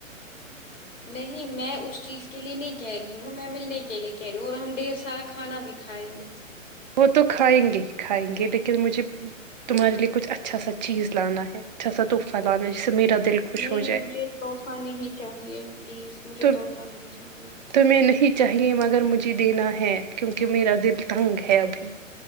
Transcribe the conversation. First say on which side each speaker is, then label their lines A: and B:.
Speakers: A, on the left (about 65°); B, on the right (about 35°).
A: نہیں میں اس چیز کے لیے نہیں کہہ رہی ہوں میں ملنے کے لیے کہہ رہی ہوں اور ہم ڈھیر سارا کھانا بھی کھائیں گے
B: وہ تو کھائیں گے ہی کھائیں گے لیکن مجھے تمہارے لیے کچھ اچھا سا چیز لانا ہے اچھا سا تحفہ لانا جسے میرا دل خوش
A: نہیں
B: ہو جائے
A: مجھے تحفہ نہیں چاہیے پلیز مجھے
B: تو
A: تحفہ نہیں چاہیے
B: تمہیں نہیں چاہیے مگر مجھے دینا ہے کیونکہ میرا دل تنگ ہے ہے ابھی